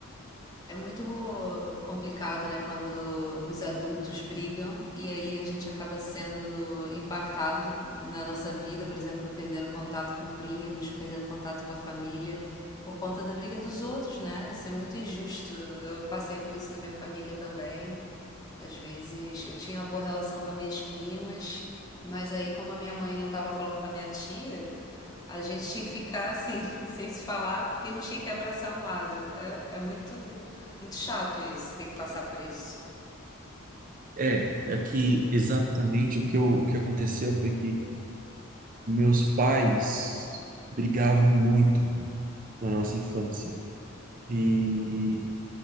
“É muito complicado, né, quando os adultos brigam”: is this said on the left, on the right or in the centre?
Left